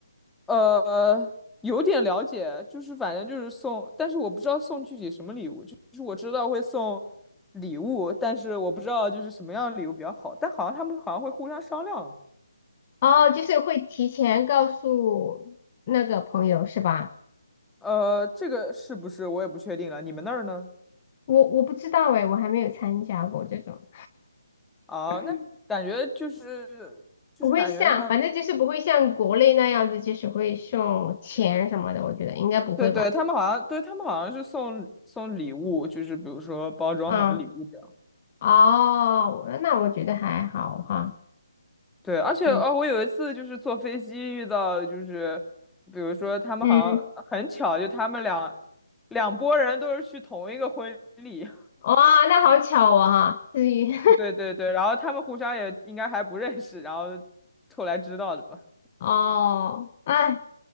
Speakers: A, in the centre; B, on the left (about 30°).
A: 呃，有点了解，就是反正就是送，但是我不知道送具体什么礼物，就是我知道会送礼物，但是我不知道就是什么样的礼物比较好，但好像他们好像会互相商量，
B: 哦，就是会提前告诉那个朋友是吧？
A: 呃，这个是不是我也不确定了，你们那儿呢？
B: 我我不知道哎，我还没有参加过这种。
A: 啊，
B: <laughs>
A: 那感觉就是就是感觉他，
B: 不会像，反正就是不会像国内那样子，就是会送钱什么的，我觉得应该不会吧。
A: 对对，他们好像对他们好像是送送礼物，就是比如说包装好的礼物这样。
B: 嗯，哦，我那我觉得还好哈。
A: 对，而且哦，
B: 嗯
A: 我有一次就是坐飞机遇到，就是比如说他们好像很巧，
B: 嗯，
A: 就他们两两拨人都是去同一个婚礼，
B: 哇，那好巧哦哈，至于
A: <laughs>
B: <laughs>
A: 对对对，然后他们互相也应该还不认识，然后后来知道的吧。
B: 哦，哎，